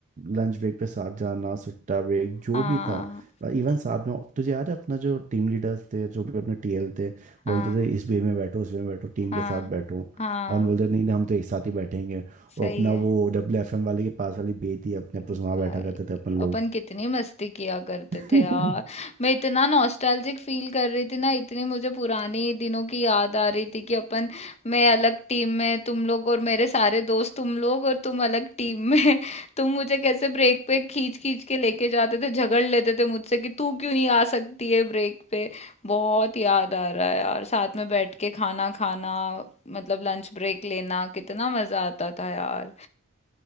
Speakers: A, on the right; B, on the left.
A: लंच ब्रेक पे साथ जाना सुट्टा ब्रेक जो
B: हाँ
A: भी था इवन साथ में तुझे याद है अपना जो टीम लीडर्स थे जो भी अपने टीएल थे
B: हाँ
A: बोलते थे इस बे में बैठो उस बे में बैठो टीम
B: हाँ
A: के साथ बैठो
B: हाँ
A: और हम बोलते थे, नहीं नहीं हम तो एक साथ ही बैठेंगे
B: सही
A: और अपना
B: है
A: वो डब्ल्यू एफ एम वाले के पास वाली बे थी अपने आप तो
B: भाई
A: वहाँ बैठा करते थे अपन
B: अपन कितनी मस्ती किया करते
A: लोग
B: थे यार
A: <laughs>
B: मैं इतना नॉस्टैल्जिक फील कर रही थी ना इतनी मुझे पुरानी दिनों की याद आ रही थी कि अपन मैं अलग टीम में तुम लोग और मेरे सारे दोस्त तुम लोग और तुम अलग टीम में <laughs> तुम मुझे कैसे ब्रेक पे खींच खींच के लेके जाते थे झगड़ लेते थे मुझसे कि तू क्यों नहीं आ सकती है ब्रेक पे बहुत याद आ रहा है यार साथ में बैठ के खाना खाना मतलब लंच ब्रेक लेना कितना मजा आता था यार